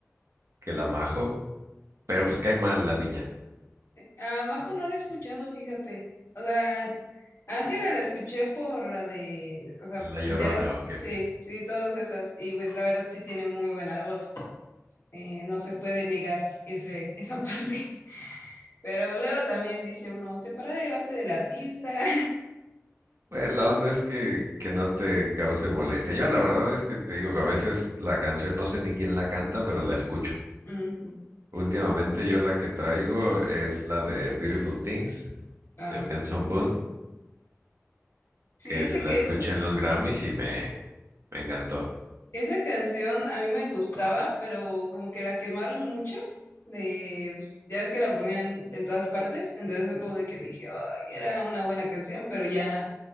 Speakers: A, on the right; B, on the left.
A: que la Majo. Pero pues cae mal la niña,
B: A Majo no la he escuchado, fíjate. O sea, a Ángela la escuché por la de, o sea,
A: la
B: ya,
A: llorona o qué.
B: sí, sí, todas esas. Y pues la verdad sí tiene muy buena voz. Eh, no se puede negar ese, <laughs> esa parte. Pero pues, luego también dice uno, separar el arte del artista.
A: Pues la onda es que, que no te cause molestia. Yo la verdad es que te digo que a veces la canción no sé ni quién la canta, pero la escucho.
B: <laughs> Ujú.
A: Últimamente yo la que traigo es la de Beautiful Things
B: Ah,
A: de Benson
B: sí.
A: Boone,
B: Fíjate
A: que se la
B: que
A: escuché
B: eso
A: en los Grammys y me, me encantó.
B: Esa canción a mí me gustaba, pero como que la quemaron mucho. De, pues, ya ves que la ponían en todas partes, entonces fue como de que dije, ay, era una buena canción, pero ya,